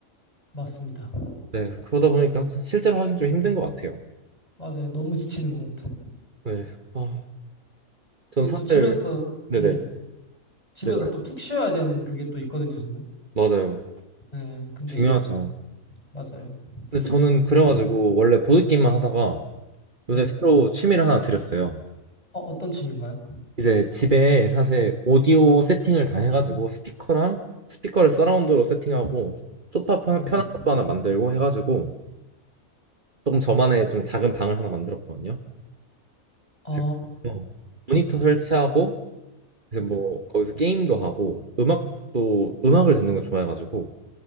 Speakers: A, on the left; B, on the right.
A: 맞습니다.
B: 네, 그러다 보니까 실제로 하긴 좀 힘든 것 같아요.
A: 맞아요. 너무 지치는 것 같아요.
B: 네. 아. 전
A: 이게
B: 사실
A: 또 집에서
B: 네네
A: 음 집에서
B: 네 말-
A: 또 푹 쉬어야 되는 그게 또 있거든요 저는
B: 맞아요.
A: 네 근데
B: 중요하죠.
A: 이제 맞아요
B: 근데 저는
A: 참
B: 그래가지고 원래 보드게임만 하다가 요새
A: 네
B: 새로 취미를 하나 들였어요.
A: 어, 어떤 취미인가요?
B: 이제 집에 사실 오디오 세팅을 다 해가지고 스피커랑 스피커를 서라운드로 세팅하고 소파 편-
A: 네
B: 편한 것도 하나 만들고 해가지고 조금 저만의 좀 작은 방을 하나 만들었거든요.
A: 아,
B: 그래서 어, 모니터 설치하고 이제
A: 네.
B: 뭐 거기서 게임도 하고 음악도 음악을 듣는 거 좋아해가지고